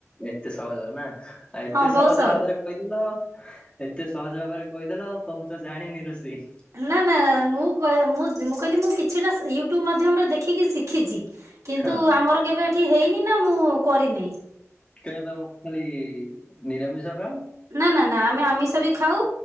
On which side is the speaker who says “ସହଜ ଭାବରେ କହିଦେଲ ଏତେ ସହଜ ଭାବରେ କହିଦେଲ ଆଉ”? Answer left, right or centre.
Left